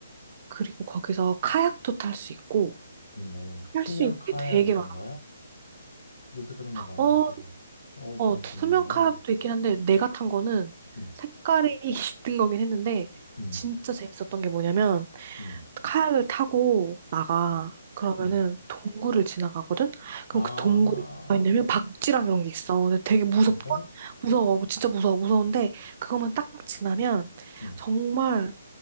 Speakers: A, on the right (about 35°); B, on the left (about 70°).
A: 그리고 거기서 카약도 탈 수 있고,
B: 좋네.
A: 할
B: 투명
A: 수 있는
B: 카약
A: 게 되게
B: 이런
A: 많아.
B: 거야? 요새 그런 거 많이
A: 어,
B: 하잖아. 어우,
A: 어,
B: 재밌겠는데?
A: 투명 컵도 있긴 한데 내가 탄 거는
B: 응
A: 색깔이 <laughs> 있던 거긴 했는데
B: 응
A: 진짜 재밌었던 게 뭐냐면
B: 응
A: 카약을 타고 나가
B: 응
A: 그러면은
B: 응
A: 동굴을 지나가거든? 그럼
B: 아,
A: 그 동굴이 뭐가 있냐면 박쥐랑 이런 게 있어. 근데 되게 무섭다?
B: 진짜?
A: 무서워. 진짜 무서워. 무서운데 그것만 딱 지나면
B: 응
A: 정말